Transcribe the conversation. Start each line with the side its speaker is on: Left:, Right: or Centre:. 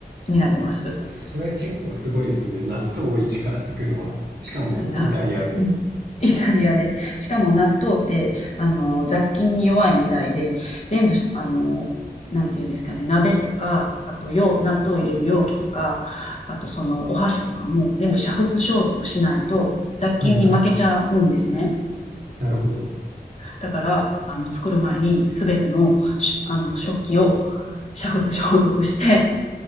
Left: になります。
Right: それは結構すごいですね。納豆を一から作るわ。しかもイタリアで。
Left: なうん。イタリアで。しかも納豆って、あの、雑菌に弱いみたいで、全部し、あの、なんていうんですかね、鍋とか、あと容、納豆を入れる容器とか、あとそのお箸とかも全部煮沸消毒しないと雑菌に負けちゃうんですね。
Right: はいはい。なるほど。
Left: だから、あの、作る前にすべての、しあの、食器を煮沸消毒して、